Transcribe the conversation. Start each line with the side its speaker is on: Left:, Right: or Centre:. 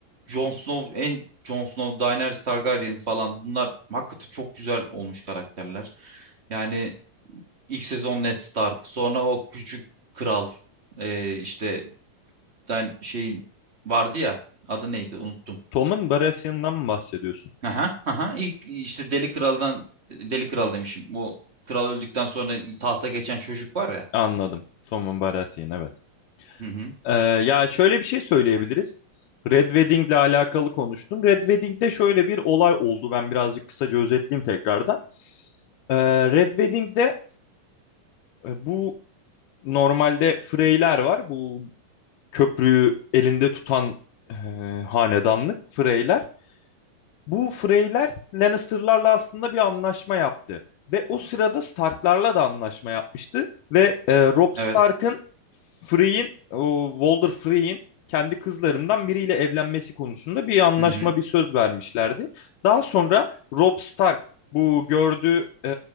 Right: Jon Snow en Jon Snow, Daenerys Targaryen falan bunlar hakikaten çok güzel olmuş karakterler. Yani ilk sezon Ned Stark sonra o küçük kral e, işte tane şeyin vardı ya. Adı neydi? Unuttum.
Left: Tom'un Baratheon'dan mı bahsediyorsun?
Right: Aha, aha. İlk işte Deli Kral'dan Deli Kral demişim. Bu kral öldükten sonra tahta geçen çocuk var ya.
Left: Anladım. Tom'un Baratheon evet.
Right: Hı hı.
Left: Ee, ya şöyle bir şey söyleyebiliriz. Red Wedding'le alakalı konuştun. Red Wedding'de şöyle bir olay oldu. Ben birazcık kısaca özetleyeyim tekrardan. Ee, Red Wedding'de e, bu normalde Freyler var. Bu köprüyü elinde tutan e, hanedanlık Freyler. Bu Freyler Lannister'larla aslında bir anlaşma yaptı. Ve o sırada Stark'larla da anlaşma yapmıştı. Ve e, Robb
Right: Evet.
Left: Stark'ın Frey'in, o Walder Frey'in kendi kızlarından biriyle evlenmesi konusunda bir anlaşma,
Right: Hı hı.
Left: bir söz vermişlerdi. Daha sonra Robb Stark bu gördüğü e,